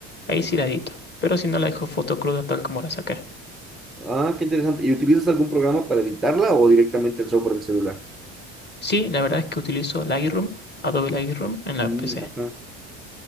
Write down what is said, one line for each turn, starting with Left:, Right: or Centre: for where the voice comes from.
Left: ahí sí la edito. Pero si no, la dejo foto cruda tal como la saqué.
Centre: Ah, qué interesante. ¿Y utilizas algún programa para editarla o directamente el software del celular?
Left: Sí, la verdad es que utilizo Lightroom, Adobe Lightroom, en la
Centre: Mm,
Left: PC.
Centre: Ajá.